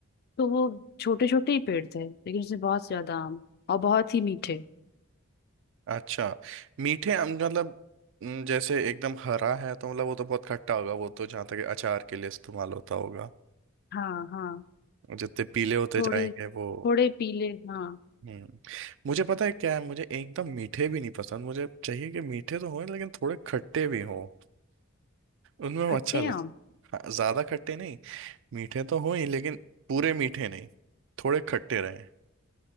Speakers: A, on the left (about 50°); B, on the right (about 65°).
A: तो वो छोटे छोटे ही पेड़ थे लेकिन उसमें बहुत ज्यादा आम और बहुत ही मीठे
B: अच्छा मीठे आम मतलब हम्म, जैसे एकदम हरा है तो मतलब वो तो बहुत खट्टा होगा वो तो जहाँ तक अचार के लिए इस्तेमाल होता होगा
A: हाँ हाँ
B: जितने पीले होते
A: थोड़े
B: हम्म। जाएंगे वो
A: थोड़े पीले हाँ
B: हम्म मुझे पता है क्या है मुझे एकदम मीठे भी नहीं पसंद मुझे चाहिए कि मीठे तो हों लेकिन थोड़े खट्टे भी हों उनमें वो
A: खट्टे
B: अच्छा लग
A: आम
B: हाँ, ज्यादा खट्टे नहीं मीठे तो हों ही लेकिन पूरे मीठे नहीं थोड़े खट्टे रहें